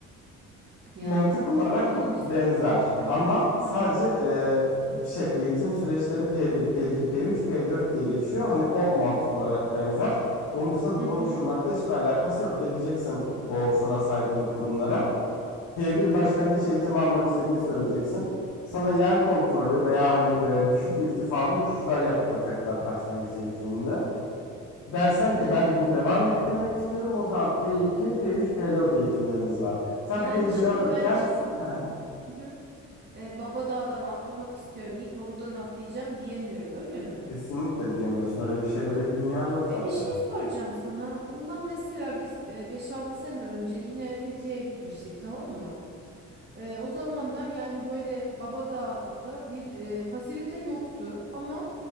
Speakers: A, on the right; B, on the left.
A: yani
B: Mantık olarak
A: birinci...
B: benzer
A: Hı hı,
B: ama sadece
A: anladım.
B: e, şey eğitim süreçleri P1, P2, P3, P4 diye geçiyor. Hani o mantık olarak benzer. Onun dışında
A: Hı
B: drone
A: hı,
B: uçurmakla hiçbir alakası yok. Geleceksin o sana saydığım kurumlara. P1 başlangıç
A: evet.
B: eğitimi almak istediğini söyleyeceksin. Sana yer kontrolü veya hani e, düşük irtifalı uçuşlar yaptıracaklar başlangıç eğitiminde. Dersen
A: He.
B: ki ben bunu devam ettirmek istiyorum o zaman P2, P3, P4 eğitimlerimiz var. Sen
A: Yani
B: P1
A: şimdi
B: alırken
A: ben çıkıp
B: <laughs>
A: Hı hı. e, Baba Dağ'dan atlamak istiyorum. İlk buradan atlayacağım diyemiyorum, öyle mi?
B: Kesinlikle diyemiyorsun. Öyle bir şey, öyle bir dünya yok zaten.
A: E bir şey soracağım sana. Bundan mesela biz e, 5-6 sene önce yine Fethiye'ye gitmiştik, tamam mı? E, o zamanlar yani böyle Baba Dağ'da bir e, fasilite yoktu ama